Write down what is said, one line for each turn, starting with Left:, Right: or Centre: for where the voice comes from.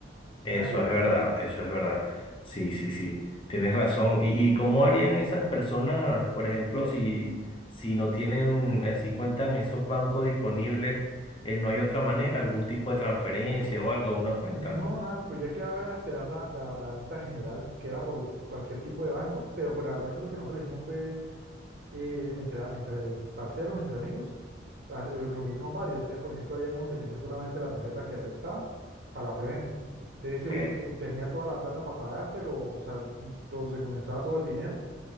Left: Eso
Right: a nadie.
Left: es verdad, eso es verdad. Sí, sí, sí, tienes razón. ¿Y, y cómo harían esas personas, por ejemplo, si, si no tienen, eh, si cuentan esos bancos disponibles, eh, no hay otra manera, algún tipo de transferencia o algo a una cuenta?
Right: No, nada, pues ya quedaba era esperar la, la, la venta general, que era por cualquier tipo de banco, pero pues la verdad aquí lo que nosotros hicimos fue eh, entre, entre parceros, entre amigos, a- eh, reunirnos varios. Entonces, por ejemplo, había uno que tenía solamente la tarjeta que aceptaba para la preventa. Entonces, ese
Left: Ok,
Right: único tenía toda la plata para pagar, pero, o sea, todo, se condensaba todo el dinero